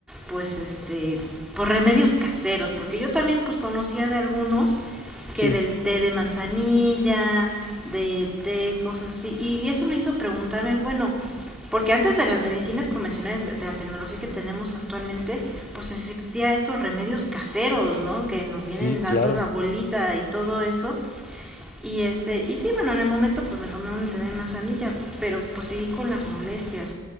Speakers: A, in the centre; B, on the left.
A: pues este, por remedios caseros, porque yo también pues conocía de algunos que
B: Sí,
A: del té de manzanilla, de té, cosas así, y, y eso me hizo preguntarme, bueno, porque antes de las medicinas convencionales, de la tecnología que tenemos actualmente, pues existía estos remedios caseros, ¿no? Que nos vienen
B: Sí,
A: dando
B: claro.
A: la bolita y todo eso, y este, y sí, bueno, en el momento pues me tomé un té de manzanilla, pero pues seguí con las molestias.